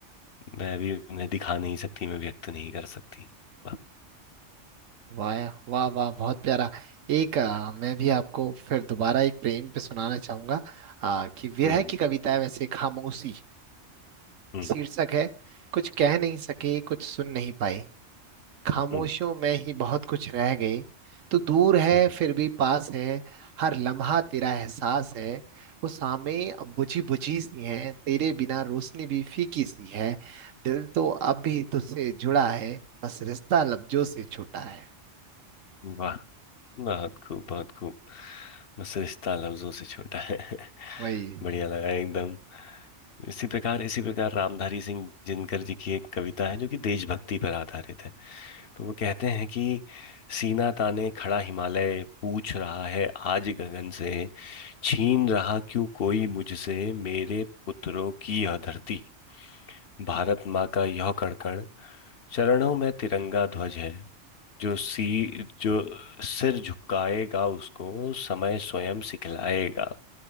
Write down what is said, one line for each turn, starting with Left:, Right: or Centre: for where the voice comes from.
Left: मैं अभी उन्हें दिखा नहीं सकती मैं व्यक्त नहीं कर सकती वाह
Right: वाह वाह वाह बहुत प्यारा एक अ, मैं भी आपको फिर दोबारा एक प्रेम पे सुनाना चाहूंगा आ, कि विरह
Left: हम्म
Right: की कविता है वैसे खामोशी
Left: हम्म
Right: शीर्षक है कुछ कह नहीं सके कुछ सुन नहीं पाए खामोशियों
Left: हम्म
Right: में ही बहुत कुछ रह गई तो दूर है
Left: हम्म
Right: फिर भी पास है हर लम्हा तेरा एहसास है वो सामे अब बुझी बुझी सी है तेरे बिना रोशनी भी फीकी सी है दिल तो अब भी तुझसे जुड़ा है बस रिश्ता लफ्जों से छूटा है
Left: वाह बहुत खूब बहुत खूब बस रिश्ता लफ्जों से छोटा है <laughs>
Right: वही
Left: बढ़िया लगा एकदम इसी प्रकार इसी प्रकार रामधारी सिंह दिनकर जी की एक कविता है जो कि देशभक्ति पर आधारित है तो वो कहते हैं कि सीना ताने खड़ा हिमालय पूछ रहा है आज गगन से छीन रहा क्यों कोई मुझसे मेरे पुत्रों की यह धरती भारत माँ का यह कण कण चरणों में तिरंगा ध्वज है जो सी जो सिर झुकाएगा उसको समय स्वयं सिखलाएगा